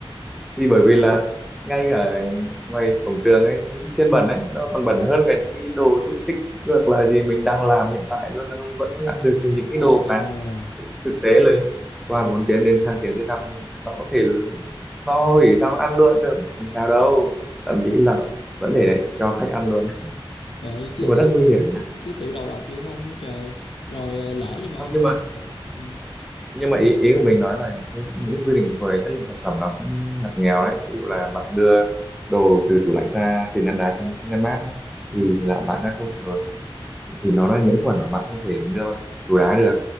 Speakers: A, in the centre; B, on the left.
A: thì bởi vì là ngay cả ngoài cổng trường ấy những xiên bẩn ấy nó còn bẩn hơn cả những cái đồ xúc xích hoặc là gì mình đang làm hiện tại luôn nó vẫn còn ăn được thì những
B: Ồ,
A: cái đồ
B: ồ,
A: mà thực tế
B: trời ơi,
A: là qua 4 tiếng đến sang tiếng thứ năm nó có thể là no hủy sao nó ăn luôn được không sao đâu thậm chí là vẫn để đấy cho khách ăn luôn
B: trời cứ
A: nhưng mà
B: cứ
A: rất nguy hiểm nhá
B: cứ tự đầu độc vậy không hả trời. Rồi ờ, lỡ nhưng mà
A: không
B: hôm
A: nhưng
B: nào
A: mà
B: ừ.
A: nhưng mà ý ý của mình nói là những, những quy định về chất lượng sản phẩm nó cũng ngặt nghèo đấy ví dụ là bạn đưa đồ từ tủ lạnh ra từ ngăn đá xuống ngăn mát nhé
B: Ừ.
A: thì là bạn đã không được thì nó đã nhiễm khuẩn và bạn không thể đưa vào tủ đá được